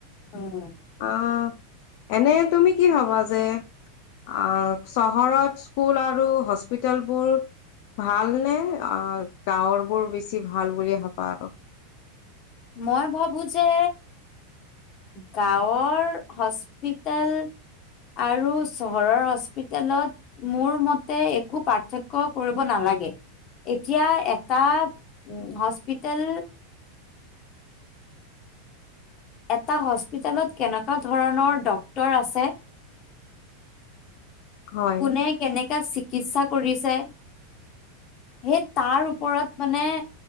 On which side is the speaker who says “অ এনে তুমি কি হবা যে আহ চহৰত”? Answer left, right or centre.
Left